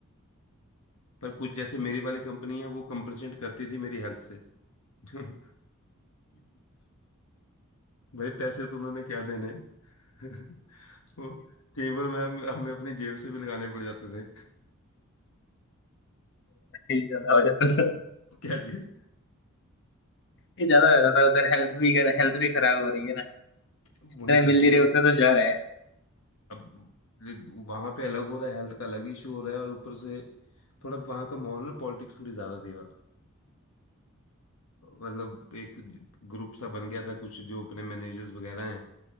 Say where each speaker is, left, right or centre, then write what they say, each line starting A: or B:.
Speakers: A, on the left; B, on the left.
A: पर कुछ जैसे मेरी वाली कंपनी है वो कंपनसेट करती थी मेरी हेल्थ से <laughs> भाई पैसे तो उन्होंने क्या देने <laughs> वो कई बार मैं हमें अपनी जेब से भी लगाने पड़ जाते थे
B: ये ज्यादा हो जाता था
A: क्या चीज
B: ये ज्यादा हो जाता था उधर हेल्थ भी हेल्थ भी खराब हो रही है ना
A: वही
B: जितने
A: रहता
B: मिल नहीं रहे
A: है
B: उतने तो जा रहे हैं
A: अब वहां पे अलग हो रहा है हेल्थ का अलग इशू हो रहा है और ऊपर से थोड़ा वहां का माहौल में पॉलिटिक्स थोड़ी ज्यादा थी वहाँ मतलब एक ग्रुप सा बन गया था कुछ जो अपने मैनेजर्स वगैरह हैं